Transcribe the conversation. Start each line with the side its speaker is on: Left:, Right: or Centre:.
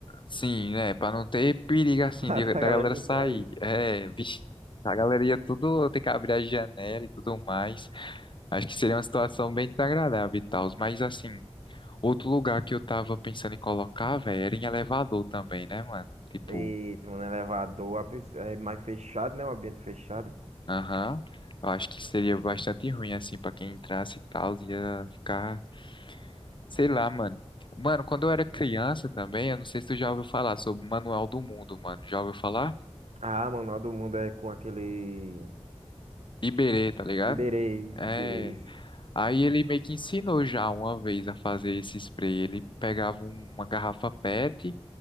Left: sim, né, pra não ter perigo,
Right: <laughs>
Left: assim,
Right: pra,
Left: de-
Right: pra
Left: da
Right: galera
Left: galera
Right: não
Left: sair,
Right: sair.
Left: é, vixe, a galera ia tudo ter que abrir a janela e tudo mais, acho que seria uma situação bem desagradável e tal, mas, assim, outro lugar que eu tava pensando em colocar, velho, era em elevador também, né, mano, tipo,
Right: Eita, mano, elevador, a pessoa- é mais fechado, né? Um ambiente fechado.
Left: aham, eu acho que seria bastante ruim, assim, pra quem entrasse e tal, ia ficar Sei lá, mano. Mano, quando eu era criança também, eu não sei se tu já ouviu falar sobre o Manual do Mundo, mano. Já ouviu falar?
Right: Ah, mano, lá do mundo é com aquele.
Left: Iberê, tá ligado?
Right: Iberê,
Left: É.
Right: Iberê, isso.
Left: Aí ele meio que ensinou já uma vez a fazer esse spray. Ele pegava uma garrafa PET,